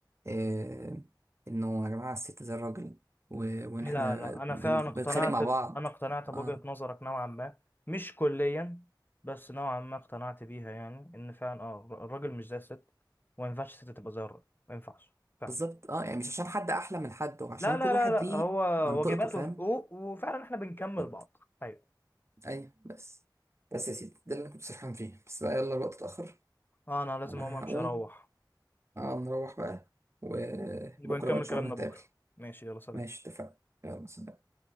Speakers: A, on the right; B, on the left.
A: آه انه يا جماعه الست زي الراجل و- وان
B: لا
A: احنا
B: لا انا
A: بن-
B: فعلا
A: بنتخانق
B: اقتنعت
A: مع
B: ب-
A: بعض
B: انا اقتنعت بوجهة
A: اه
B: نظرك نوعا ما مش كليا بس نوعا ما اقتنعت بيها يعني ان فعلا اه الر- الراجل مش زي الست وما ينفعش الست تبقى زي الراجل ما ينفعش فعلا
A: بالظبط اه يعني مش عشان حد احلى من حد وعشان
B: لا لا
A: كل
B: لا
A: واحد
B: لا
A: ليه
B: هو
A: منطقته
B: واجبات
A: فاهم
B: وحقوق وفعلا احنا بنكمل
A: بالظبط
B: بعض ايوه
A: ايوه بس بس يا سيدي ده اللي انا كنت سرحان فيه بس بقى يلا الوقت اتاخر
B: انا لازم
A: انا
B: اقوم امشي
A: هقوم
B: اروح
A: اه نروح بقى وبكره
B: نبقى نكمل
A: بقى ان شاء
B: كلامنا
A: الله نتقابل
B: بكره ماشي يلا سلام
A: ماشي اتفقنا يلا سلام